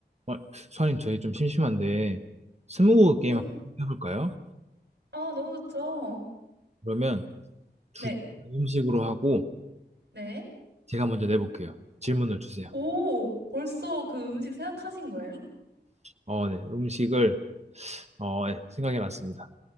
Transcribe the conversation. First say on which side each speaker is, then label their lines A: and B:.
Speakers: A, on the right; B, on the right.
A: 어, 수아님, 저희 좀 심심한데, 스무고개
B: 네.
A: 게임 한번 해볼까요?
B: 아, 너무 좋죠.
A: 그러면 두
B: 네,
A: 음식으로 하고,
B: 네.
A: 제가 먼저 내볼게요. 질문을 주세요.
B: 오, 벌써 그 음식 생각하신 거예요?
A: 어, 네. 음식을, 어, 네, 생각해 놨습니다.